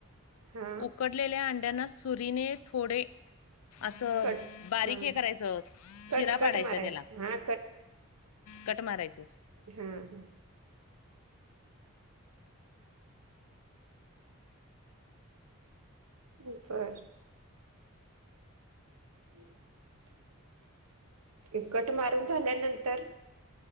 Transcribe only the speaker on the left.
उकड लेल्या अंड्यांना. सुरीने थोडे असं
बारीक
हे करायचं.
चिरा पाडायच्या
त्याला.
कट मारायचे.